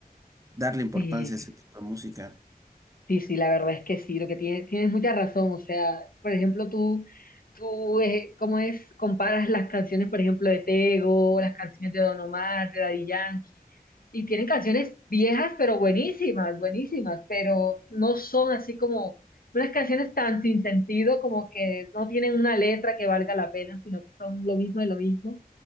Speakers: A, on the right; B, on the left.
A: darle importancia
B: Sí,
A: a ese tipo de música.
B: Sí, sí, la verdad es que sí, lo que tiene, tienes mucha razón, o sea, por ejemplo, tú, tú, eh, ¿cómo es? Comparas las canciones, por ejemplo, de Tego, las canciones de Don Omar, de Daddy Yankee, y tienen canciones viejas, pero buenísimas, buenísimas, pero no son así como unas canciones tan sin sentido, como que no tienen una letra que valga la pena, sino que son lo mismo de lo mismo,